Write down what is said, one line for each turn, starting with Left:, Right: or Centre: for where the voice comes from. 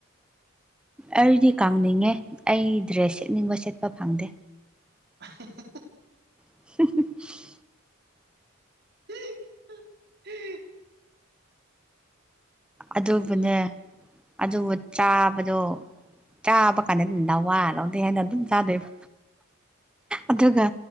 Centre: ꯑꯩꯗꯤ ꯀꯪꯅꯤꯡꯉꯦ ꯑꯩ ꯗ꯭ꯔꯦꯁ ꯁꯦꯠꯅꯤꯡꯕ ꯁꯦꯠꯄ ꯐꯪꯗꯦ
Right: ꯑ
Centre: <inaudible>
Right: <inaudible>
Centre: ꯑꯗꯨꯕꯨꯅꯦ
Right: ꯑꯩꯌꯥ
Centre: ꯑꯗꯨꯕꯨ ꯆꯥꯕꯗꯣ ꯆꯥꯕ ꯀꯥꯟꯗ ꯑꯗꯨꯝꯗꯥ ꯋꯥ ꯂꯧꯗꯦ ꯍꯥꯏꯦꯅ ꯑꯗꯨꯝ ꯆꯥꯗꯣꯏꯕ ꯑꯗꯨꯒꯒ